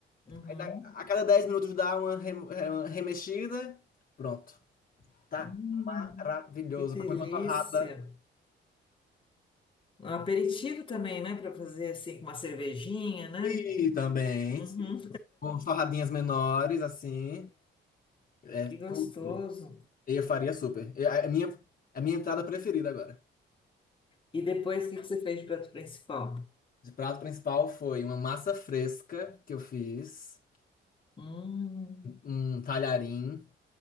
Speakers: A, on the left; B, on the left.
A: Uhum.
B: Aí dá- a cada 10 minutos dá uma, rem- é, uma remexida. Pronto. Tá
A: Hum,
B: maravilhoso.
A: que delícia.
B: Pra comer com uma torrada.
A: Um aperitivo também, né? Para fazer assim com uma cervejinha, né?
B: E também,
A: Uhum.
B: se- com torradinhas menores, assim. É
A: Que gostoso.
B: tudo. Eu faria super. Eu- a a minha, a minha entrada preferida agora.
A: E depois, o que que você fez de prato principal?
B: De prato principal foi uma massa fresca que eu fiz.
A: Hum,
B: Um talharim